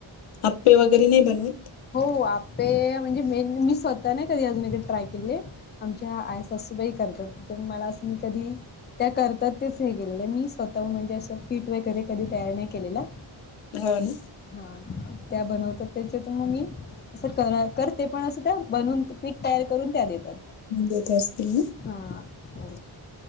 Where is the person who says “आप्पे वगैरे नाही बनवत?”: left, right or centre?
Left